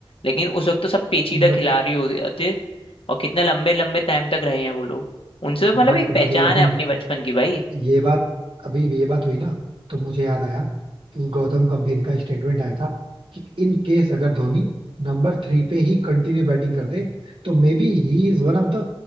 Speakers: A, on the left; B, on the right.
A: लेकिन उस वक्त तो सब पेचीदा
B: बट
A: खिलाड़ी होते थे और कितने लंबे लंबे टाइम तक रहे हैं वो लोग उनसे तो मतलब
B: बट
A: एक पहचान
B: मतलब अभी
A: है अपने बचपन की भाई
B: ये बात अभी ये बात हुई ना तो मुझे याद आया कि गौतम गंभीर का स्टेटमेंट आया था कि इन केस अगर धोनी नंबर थ्री पे ही कंटिन्यू बैटिंग करते तो maybe he is one of the